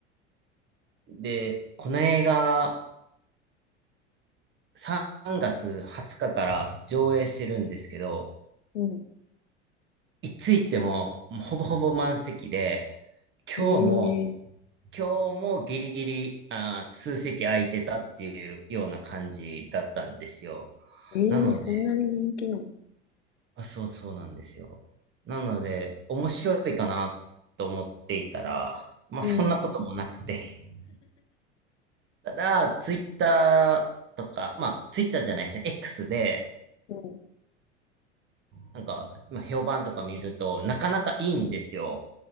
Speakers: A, on the right; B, on the left.
A: で、この映画3月20日かから上映してるんですけど、
B: うん。
A: いつ行ってももうほぼほぼ満席で、今日も、
B: えええ
A: 今日もギリギリ、あー、数席空いてたっていうような感じだったんですよ。
B: ーえーそんなに人気なの
A: なので、あ、そうそうなんですよ。なので、面白いかなと思っていたら、まあそんなこともなくて。
B: うん、
A: <laughs> ただ、ツイッターとか、まあツイッターじゃないですね、X で、
B: う
A: なんか、まあ、評判とか見ると、なかなかいいんですよ。